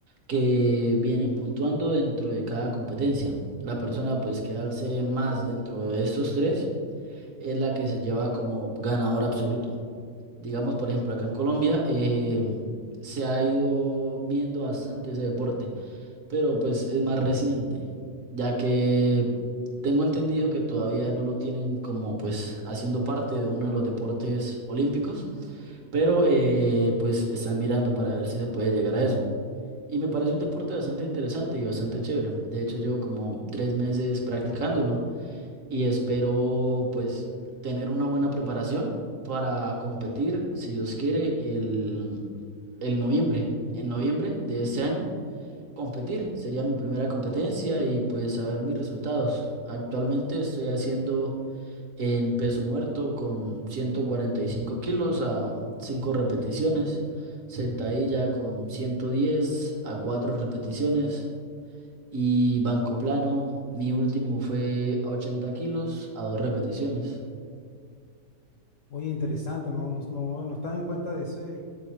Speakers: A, on the right; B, on the left.
A: que vienen puntuando dentro de cada competencia. La persona pues que alce más dentro de estos tres es la que se lleva como ganador absoluto. Digamos, por ejemplo, acá en Colombia eh, se ha ido viendo bastante ese deporte, pero pues es más reciente, ya que tengo entendido que todavía no lo tienen como pues haciendo parte de uno de los deportes olímpicos pero eh, pues están mirando para ver si se puede llegar a eso. Y me parece un deporte bastante interesante y bastante chévere. De hecho, llevo como tres meses practicándolo y espero pues tener una buena preparación para competir, si Dios quiere, el, el noviembre. En noviembre de este año, competir sería mi primera competencia y pues saber mis resultados. Actualmente estoy haciendo en peso muerto con 145 kilos a 5 repeticiones, sentadilla con 110 a cuatro repeticiones y banco plano, mi último fue a 80 kilos a 2 repeticiones.
B: Oye, interesante, no, no, no, no estaba en cuenta de ese,